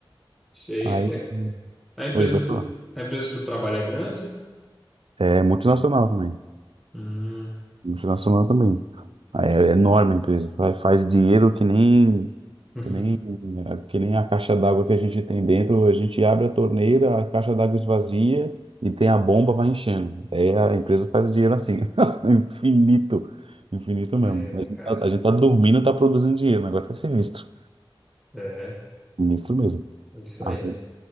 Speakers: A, in the centre; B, on the right.
A: shape.
B: Aí,
A: A empresa
B: oi, vai pra
A: que tu,
B: lá.
A: a empresa que tu trabalha é grande?
B: É multinacional também.
A: Hum,
B: multinacional também. Aí é enorme a empresa, fa- faz dinheiro que nem,
A: <laughs>
B: que nem, é, que nem a caixa d'água que a gente tem dentro. A gente abre a torneira, a caixa d'água esvazia e tem a bomba, vai enchendo. Aí a empresa faz dinheiro assim, <laughs> infinito, infinito
A: é,
B: mesmo. A gente
A: cara.
B: tá, a gente tá dormindo, tá produzindo dinheiro, o negócio é sinistro,
A: É,
B: sinistro mesmo.
A: é isso
B: Ah,
A: aí.